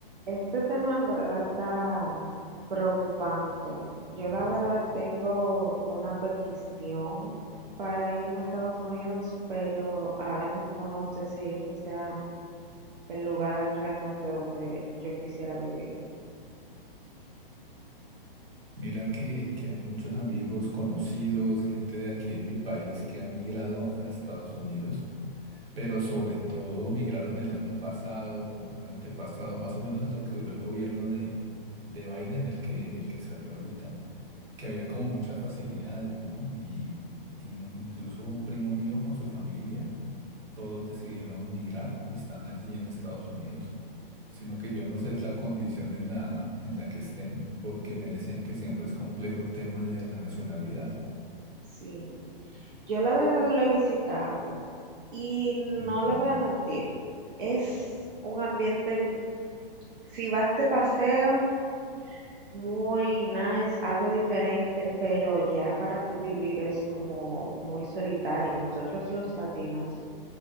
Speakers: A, on the right; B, on the right.
A: Este tema en verdad está preocupante. Yo la verdad tengo una petición para irme a Estados Unidos, pero ahora mismo no sé si ese sea el lugar realmente donde yo quisiera vivir.
B: Mira que, que hay muchos amigos, conocidos, gente de aquí de mi país que ha migrado a Estados Unidos, pero sobre todo migraron el año pasado, año antepasado, más o menos en lo que duró el gobierno de, de Biden, el que,
A: Ujú.
B: el que salió ahorita, que había como muchas facilidades, ¿no? Y, y un- incluso un primo mío con su familia, todos decidieron migrar y están allí en Estados Unidos sino que yo no sé es la condición en la, en la que estén, porque me decían que siempre es complejo el tema de la nacionalidad.
A: Sí, yo la verdad lo he visitado y no
B: Uy, qué
A: le
B: bien.
A: voy a mentir, es un ambiente, si vas de paseo, Muy nice, algo diferente, pero ya para tú vivir es como muy solitario. Nosotros los latinos.